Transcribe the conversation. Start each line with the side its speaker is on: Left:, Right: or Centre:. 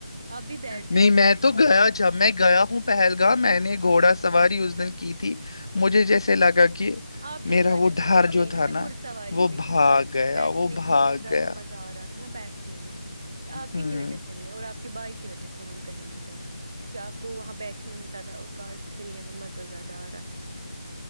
Right: آپ بھی بیٹھ جاتے
Left: نہیں میں تو گیا جب میں گیا ہوں پہلگام میں نے گھوڑا سے سواری اس دن کی تھی مجھے جیسے لگا کہ
Right: آپ ہی
Left: میرا
Right: کی وجہ
Left: وہ
Right: سے
Left: ڈر
Right: نہیں گئی
Left: جو تھا
Right: نا میں گھڑ سواری
Left: وہ
Right: پہ
Left: بھاگ
Right: کیونکہ آپ
Left: گیا
Right: کو بیٹھنے
Left: وہ بھاگ
Right: کے لیے زیادہ
Left: گیا
Right: مزہ آ رہا تھا ا نا بیٹھنی میں آپ
Left: ہ
Right: ہی کی وجہ سے نہیں اور آپ بائی کی وجہ سے ہم کہیں نہیں گئے کیونکہ آپ کو وہاں بیٹھنے میں زیادہ اور کارڈس کھیلنے میں مزہ زیادہ آ رہا تھا